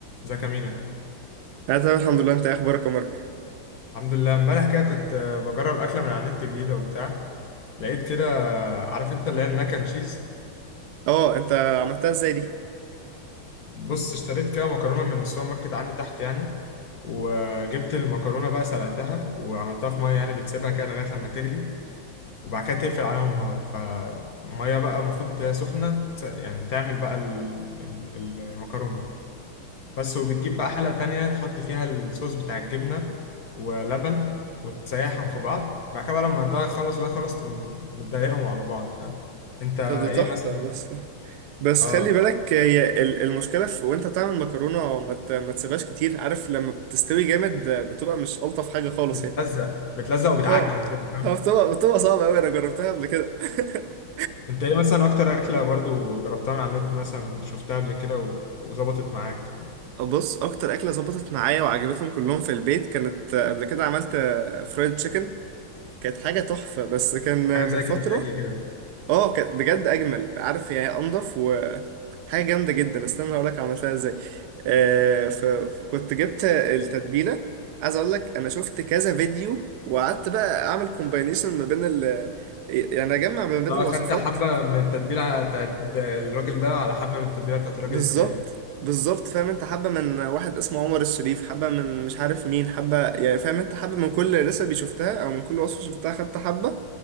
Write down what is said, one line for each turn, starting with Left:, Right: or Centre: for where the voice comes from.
Left: ازيك يا مينا
Right: انا تمام الحمد لله انت إيه اخبارك يا مارك
Left: الحمد لله امبارح كده كنت آه، بجرب اكله من على النت جديده وبتاع لقيت كده آه، عارف انت اللي هي الماك اند تشيز
Right: اه انت عملتها ازاي دي
Left: بص اشتريت كده مكرونه من السوبر ماركت عندي تحت يعني وجبت المكرونه بقى سلقتها وعملتها في ميه يعني بتسيبها كده لغايه لما تغلي وبعد كده تقفل عليها النار فالميه بقى المفروض سخنه ت- يعني تعمل بقى ال- ال- المكرونه بس وبتجيب بقى حلة تانية تحط فيها الصوص بتاع الجبنة ولبن وتسيحهم في بعض بعد كده بقى لما ده يخلص وده يخلص تقوم متضايقهم على بعض فاهم انت ايه
Right: طب دي تحفه
Left: مثلا
Right: بس بس
Left: اه
Right: خلي بالك هي ال- المشكله في وانت بتعمل مكرونه ما ت- ما تسيبهاش كتير عارف لما بتستوي جامد بتبقى مش الطف حاجه خالص
Left: بتلزق
Right: يعني
Left: بتلزق وبتعجن
Right: اه
Left: كده فاهم
Right: آه، بتبقى بتبقى صعبه قوي انا جربتها قبل كده <laughs>
Left: انت ايه مثلا اكتر اكلة برضو جربتها من على النت مثلا شفتها قبل كده و- وظبطت معاك او
Right: بص اكتر اكله ظبطت معايا وعجبتهم كلهم في البيت كانت آه، قبل كده عملت آه، فرايد تشيكن كانت حاجه تحفه بس كان آه،
Left: حاجة
Right: من
Left: زي
Right: فتره
Left: كنتاكي كده
Right: اه كانت بجد اجمل عارف يعني إيه انضف حاجة جامدة جدا استنى اقول لك عملتها ازاي آه ف... فكنت جبت التتبيلة عايز اقول لك انا شفت كذا فيديو وقعدت بقى اعمل كومباينيشن ما بين ال يعني اجمع ما بين
Left: لا
Right: الوصفات
Left: اخدت حبة من التتبيلة بتاعت الراجل ده على حبة من التتبيلة بتاعت الراجل
Right: بالظبط
Left: التاني
Right: بالظبط فاهم انت حبة من واحد اسمه عمر الشريف حبة من مش عارف مين حبة يعني فاهم انت حبة من كل ريسبي شفتها او من كل وصفة شفتها خدت حبة